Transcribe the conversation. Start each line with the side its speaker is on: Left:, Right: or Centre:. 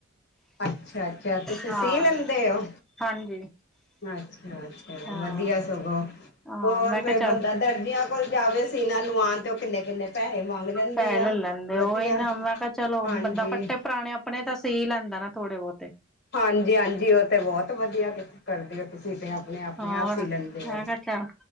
Left: ਅੱਛਾ-ਅੱਛਾ ਤੁਸੀਂ
Centre: ਹਾਂ
Left: ਸੀ ਲੈਂਦੇ ਹੋ,
Centre: ਹਾਂਜੀ
Left: ਅੱਛਾ-ਅੱਛਾ
Centre: ਹਾਂ
Left: ਵਧੀਆ ਸਗੋਂ
Centre: ਹਾਂ
Left: ਹੋਰ
Centre: ਮੈਂ ਕਿਹਾ
Left: ਫੇਰ
Centre: ਚੱਲ
Left: ਬੰਦਾ ਦਰਜੀਆਂ ਕੋਲ ਜਾਵੇ ਇਹ ਨੂੰ ਆਉਣ ਤੇ ਉਹ ਕਿੰਨੇ-ਕਿੰਨੇ ਪੈਸੇ ਮੰਗ ਲੈਂਦੇ
Centre: ਪੈ
Left: ਆ
Centre: ਲੈ ਲੈਂਦੇ
Left: ਵਧੀਆ
Centre: ਉਹਹੀ ਨਾ ਮੈਂ ਕਿਹਾ ਚਲੋ
Left: ਹਾਂਜੀ
Centre: ਬੰਦਾ ਫੱਟੇ ਪੁਰਾਣੇ ਆਪਣੇ ਤਾਂ ਸਿ ਲੈਂਦਾ ਨਾ ਥੋੜੇ ਬਹੁਤੇ
Left: ਹਾਂਜੀ-ਹਾਂਜੀ ਉਹ ਤੇ ਬਹੁਤ ਵਧੀਆ ਕਰਦੇ ਹੋ ਤੁਸੀਂ ਤੇ ਅਪਣੇ, ਅਪਣੇ
Centre: ਹੋਰ
Left: ਆਪ ਸੀ ਲੈਂਦੇ
Centre: ਮੈਂ
Left: ਹੋ
Centre: ਕਿਹਾ ਚੱਲ